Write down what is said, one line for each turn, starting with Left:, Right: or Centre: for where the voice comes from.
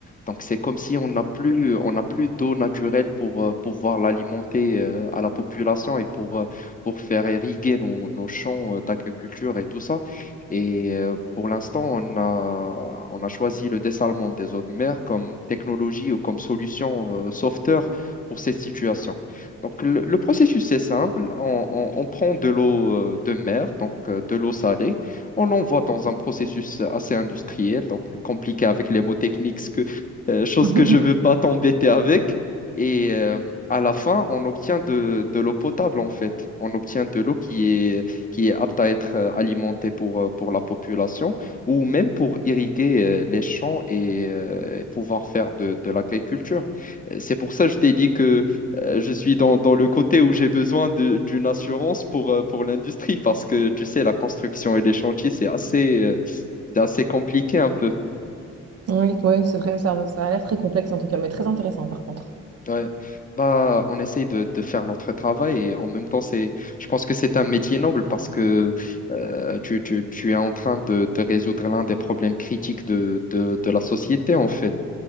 Left: Donc, c'est comme si on n'a plus, on n'a plus d'eau naturelle pour euh, pouvoir l'alimenter euh, à la population et pour, euh, pour faire irriguer nos, nos champs euh, d'agriculture et tout ça. Et euh, pour l'instant, on a, on a choisi le dessalement des eaux de mer comme technologie ou comme solution euh, sauveteur pour cette situation. Donc, le, le processus, c'est simple. On, on- on prend de l'eau euh, de mer, donc euh, de l'eau salée. On l'envoie dans un processus assez industriel, donc compliqué avec les mots techniques euh, chose
Right: <laughs>
Left: que je veux pas t'embêter avec. Et euh, à la fin, on obtient de, de l'eau potable, en fait. On obtient de l'eau qui est, qui est apte à être euh, alimentée pour, euh, pour la population ou même pour irriguer euh, les champs et euh, pouvoir faire de, de l'agriculture. Euh, C'est pour ça que je t'ai dit que euh, je suis dans, dans le côté où j'ai besoin de- d'une assurance pour, euh, pour l'industrie parce que, tu sais, la construction et les chantiers, c'est assez, euh, c'est assez compliqué un peu.
Right: Oui, oui, c'est vrai, ça, ça a l'air très complexe en tout cas, mais très intéressant par contre.
Left: Ouais. Bah, on essaye de, de faire notre travail et en même temps, c'est, je pense que c'est un métier noble parce que euh, tu, tu, tu es en train de, de résoudre l'un des problèmes critiques de, de, de la société, en fait.